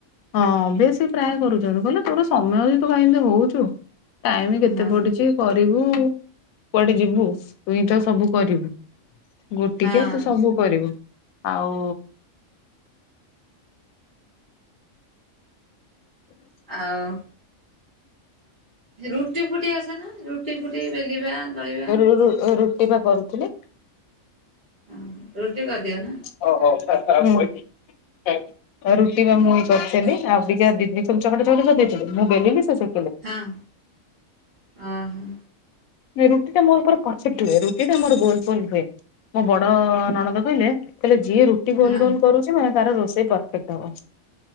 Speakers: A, on the left; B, on the right.
A: ହଁ ଅଭ୍ୟାସି ପ୍ରାୟ କରୁଚନ୍ତି କହିଲେ ତୋର ସମୟ ବି ତୁ କାଇଁ ଏମିତି ହୋଉଚୁ। ଟାଇମ କେତେ
B: ହଁ
A: ପଡିଚି କରିବୁ କୁଆଡେ ଯିବୁ ତୁଇଁ ତ ସବୁ କରିବୁ। ଗୋଟିକିଆ
B: ହଁ
A: ତୁ ସବୁ କରିବୁ ଆଉ
B: ଆଉ ରୁଟି ଫୁଟି ଆସେ ନା ରୁଟି ଫୁଟି ବେଲିବା ଦଳିବା।
A: ରୁ-ରୁଟି ବା କରୁ ଥିଲି।
B: ହଁ ରୁଟି କରିଦିଅ ନା।
A: ହୁଁ‌। ଏ ରୁଟି ବା
B: ହଁ।
A: ମୁଁ ଏଇ କରିଥିଲି ଆଉ ଟିକେ ଦିିଦି ସବୁ ଚକଟା ଚକଟି କରିଦେଇଥିଲି। ମୁଁ ବେଲିିଲି ସେ ସେ
B: ହଁ ଅଁ ହଁ।
A: ନାଇଁ ରୁଟିଟା ମୋର ପରଫେକ୍ଟ ହୁଏ। ରୁଟିଟା ମୋର ଗୋଲ ଫୋଲ ହୁଏ। ମୋ ବଡ ନଣଦ କହିଲେ କହିଲେ ଯିଏ ରୁ ଟି ଗୋଲ
B: ହଁ
A: ଗୋଲ କରୁଛି ମାନେ ତାର ରୋଷେଇ ପରଫେକ୍ଟ ହବ।